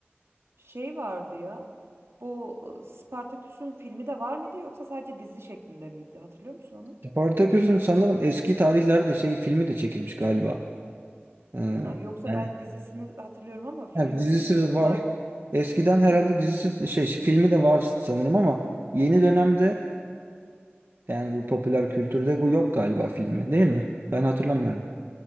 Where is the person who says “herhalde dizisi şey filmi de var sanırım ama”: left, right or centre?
Right